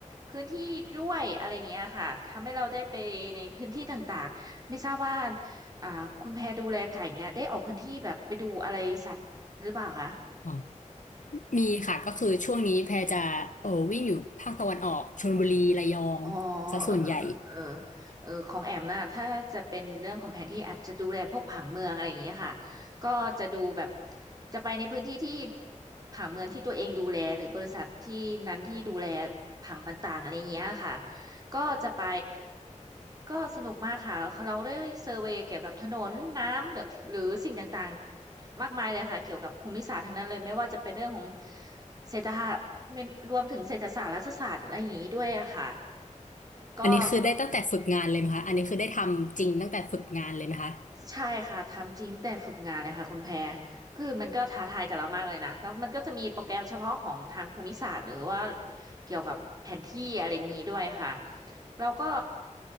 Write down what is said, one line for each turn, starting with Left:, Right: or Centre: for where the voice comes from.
Right: พื้นที่ด้วยอะไรอย่างเงี้ยค่ะทำให้เราได้ไปในพื้นที่ต่างๆไม่ทราบว่าอ่าคุณแพรดูแลไก่เงี้ยได้ออกพื้นที่แบบไปดูอะไรสัตว์หรือเปล่าคะ
Left: อ๋อมีค่ะก็คือช่วงนี้แพรจะเออวิ่งอยู่ภาคตะวันออกชลบุรีระยองซะส่วนใหญ่
Right: อ๋อเออเออเออเออของแอมนะถ้าจะเป็นเรื่องของแผนที่แอมจะดูแลพวกผังเมืองอะไรอย่างเงี้ยค่ะ ก็จะดูแบบจะไปในพื้นที่ที่ผังเมืองที่ตัวเองดูแลหรือบริษัทที่นั้นที่ดูแลผังต่างๆอะไรอย่างเงี้ยค่ะก็จะไปก็สนุกมากค่ะเราได้เซอร์เวย์เกี่ยวกับถนนน้ำหรือหรือสิ่งต่างๆมากมายเลยค่ะเกี่ยวกับภูมิศาสตร์ทั้งนั้นเลยไม่ว่าจะเป็นเรื่องของเศรษฐศาสตร์ไม่รวมถึงเศรษฐศาสตร์รัฐศาสตร์อะไรอย่างนี้ด้วยอะค่ะ ก็
Left: อันนี้คือได้ตั้งแต่ฝึกงานเลยไหมคะอันนี้คือได้ทำจริงตั้งแต่ฝึกงานเลยไหมคะ
Right: ใช่ค่ะทำจริงแต่ฝึกงานเลยค่ะคุณแพรคือมันก็ท้าทายกับเรามากเลยนะแล้วมันก็จะมีโปรแกรมเฉพาะของทางภูมิศาสตร์หรือว่าเกี่ยวกับแผนที่อะไรอย่างนี้ด้วยค่ะเราก็